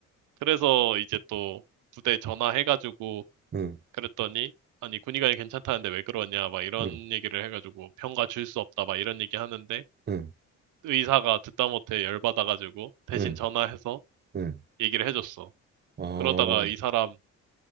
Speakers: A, on the right; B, on the right.
A: 그래서 이제 또 부대 전화해가지고
B: 응,
A: 그랬더니 아니 군의관이 괜찮다는데 왜 그러냐 막 이런
B: 응,
A: 얘기를 해가지고 병가 줄 수 없다 막 이런 얘기 하는데
B: 응,
A: 의사가 듣다 못해 열받아가지고 대신
B: 응,
A: 전화해서
B: 응.
A: 얘기를 해줬어.
B: 어,
A: 그러다가 이 사람